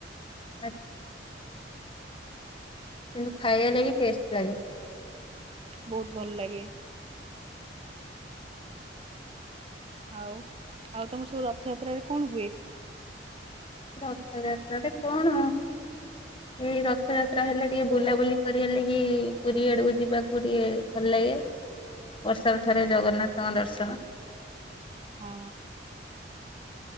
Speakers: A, on the left; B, on the right.
A: ଆଚ୍ଛା। କିନ୍ତୁ ଖାଇବା ଲାଗି ଟେଷ୍ଟ ଲାଗେ।
B: ବହୁତ ଭଲ ଲାଗେ। ଆଉ ଆଉ ତୋମର ସବୁ ରଥଯାତ୍ରାରେ କଣ ହୁଏ?
A: ରଥଯାତ୍ରା ରେ କଣ?
B: <inaudible>
A: ଏଇ ରଥ ଯାତ୍ରା ହେଲେ ଟିକେ ବୁଲାବୁଲି କରିବା ଲାଗି ପୁରୀ ଆଡକୁ ଯିବାକୁ ଟିକେ ଭଲ ଲାଗେ। ବର୍ଷ ରେ ଥରେ ଜଗନ୍ନାଥଙ୍କ ଦର୍ଶନ।
B: ହଁ।